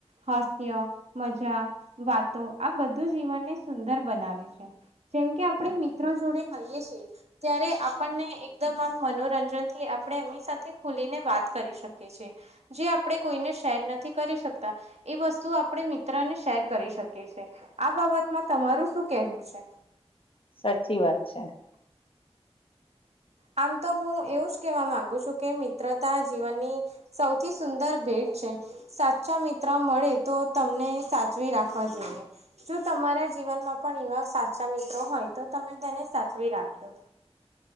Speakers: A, on the right (about 75°); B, on the left (about 55°).
A: હાસ્ય મજા વાતો આ બધું જીવનને સુંદર બનાવે છે. જેમ કે આપણે મિત્રો જોડે હઈએ છીએ ત્યારે આપણને એકદમ આમ મનોરંજન આપણે એમની સાથે ખુલીને વાત કરી શકીએ છીએ જે આપણે કોઈને શેર નથી કરી શકતા. એ વસ્તુ આપણે મિત્ર ને શેર કરી શકીએ છેએ આ બાબતમાં તમારું શું કેહેવું છે. <inaudible>
B: સાચી વાત છે.
A: હ આમ તો હું એવું જ કેહેવા માંગુ છું કે મિત્રતા જીવનની સૌથી સુંદર ભેટ સાચા મિત્ર મળે તો તમને સાચવી રાખવા જોઈએ જો તમારા જીવનમાં પણ એવા સાચા મિત્રો હોય તો તમે તેને સાચવી રાખજો.